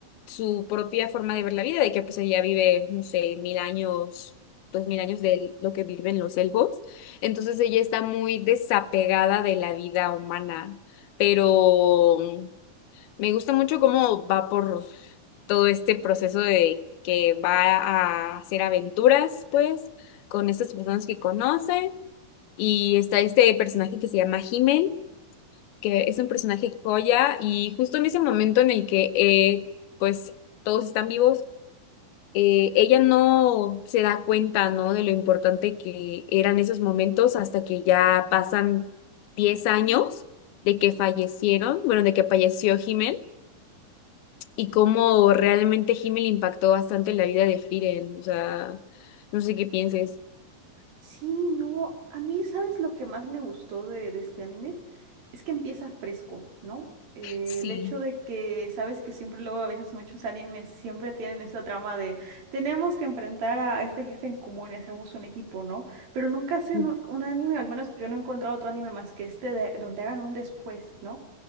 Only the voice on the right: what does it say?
Sí, no, a mí, ¿sabes lo que más me gustó de, de este anime? Es que empieza fresco, ¿no? Eh,
el hecho de que, sabes que siempre luego a veces muchos animes siempre tienen esta trama de tenemos que enfrentar a, a este jefe en común y hacemos un equipo, ¿no? Pero nunca hacen
un, un anime, al menos yo no he encontrado otro anime más que este de- donde hagan un después, ¿no?